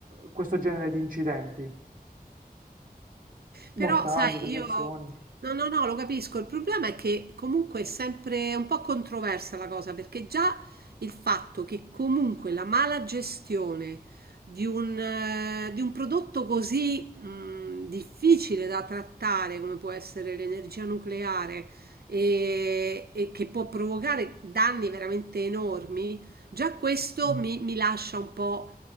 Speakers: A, on the right; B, on the right.
A: questo genere di incidenti mortali,
B: Però sai
A: radiazioni.
B: io no, no, no, lo capisco. Il problema è che comunque è sempre un po' controversa la cosa, perché già il fatto che comunque la mala gestione di un, eh, di un prodotto così mh, difficile da trattare come può essere l'energia nucleare e, e che può provocare danni veramente enormi, già questo mi mi lascia un po'